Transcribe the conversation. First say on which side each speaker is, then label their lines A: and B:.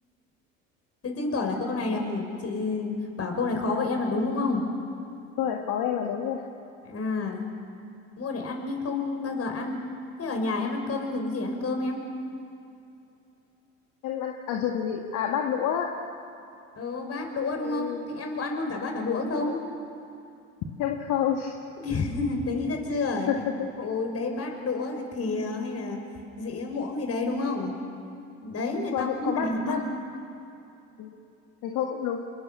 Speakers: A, on the left; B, on the left.
A: thế chứng tỏ là câu này là chị bảo câu này khó vậy em là đúng đúng không
B: Câu này khó em là đúng nha.
A: à mua để ăn nhưng không bao giờ ăn thế ở nhà em ăn cơm em dùng cái gì ăn cơm em
B: Em ăn, à dùng gì? À bát đũa.
A: Ừ, bát đũa
B: Ừ,
A: đúng không? Thì em có ăn luôn cả bát cả đũa không?
B: đúng. Em không.
A: <laughs> Tớ nghĩ ra chưa?
B: <laughs>
A: Những cụ đấy bát đũa thì thìa hay là dĩa muỗng gì đấy đúng không? Đấy người
B: và
A: ta mua
B: cũng có bắt
A: để ăn.
B: bắt Ừ, thầy cô cũng đúng